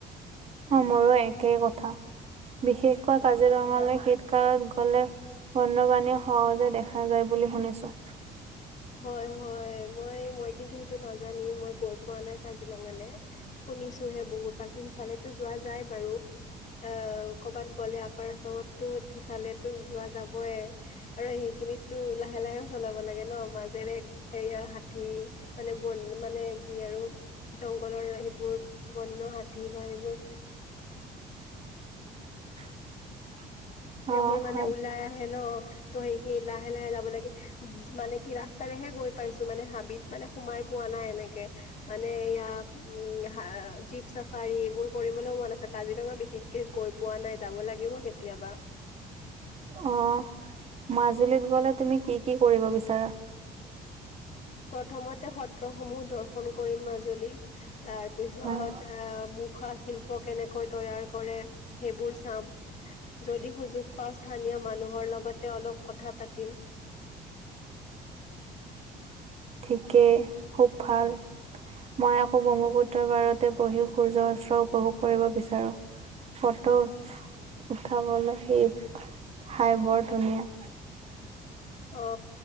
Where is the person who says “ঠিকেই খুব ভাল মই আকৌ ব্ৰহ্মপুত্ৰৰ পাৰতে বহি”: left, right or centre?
Right